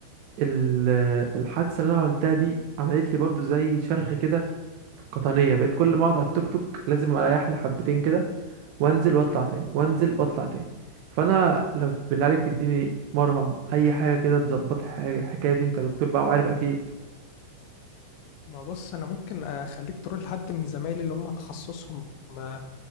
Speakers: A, on the right (about 85°); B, on the left (about 80°).
A: ال- الحادثه اللي انا عملتها دي عملت لي برضو زي شرخ كده في القطنيه بقيت كل ما اقعد على التوك توك لازم اريح لي حبتين كده وانزل واطلع تاني وانزل واطلع تاني فانا لو بالله عليك تديني مرهم اي حاجه كده تظبط الحاجه الحكايه دي انت دكتور بقى وعارف اكيد
B: ما بص انا ممكن اخليك تروح لحد من زمايلي اللي هم تخصصهم آه،